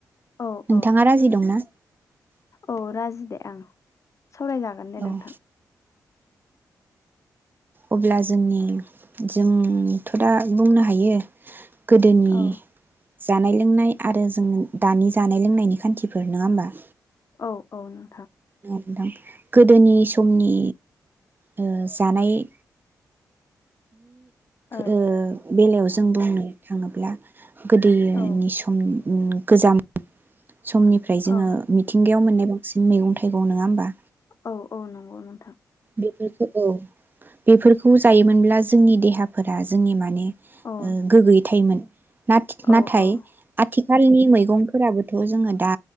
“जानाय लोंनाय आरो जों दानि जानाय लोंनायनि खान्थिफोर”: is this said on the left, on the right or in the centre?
Right